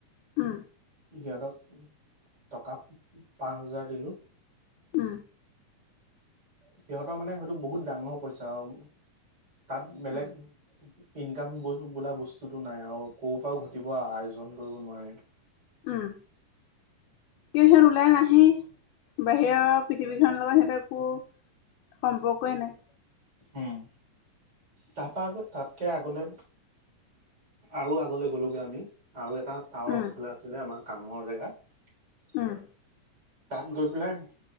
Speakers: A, on the left; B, on the right.
A: উম।
B: সিহঁতক টকা পাঁচ হাজাৰ দিলোঁ।
A: উম।
B: সিহঁতৰ মানে হেইটো বহুত ডাঙৰ পইচা আৰু, তাত বেলেগ
A: উম,
B: ইনকাম বোলা বস্তুতটো নাই আৰু, ক'ৰ পৰাও ঘটিব আৰ্জন কৰিব নোৱাৰে।
A: উম। কিয় সিহঁত ওলাই নাহেই, বাহিৰৰ পৃথিৱী খনৰ লগত সিহঁততে একো সম্পৰ্কই নাই।
B: উম, তাৰপা আগত তাতকে আগলৈ আৰু আগলৈ গ'লোঁগৈ আমি আৰু এটা এটা টাৱাৰ
A: উম।
B: সেইফালে আছিলে, আমাৰ কামৰ জেগাত।
A: উম,
B: তাত গৈ পেলাই,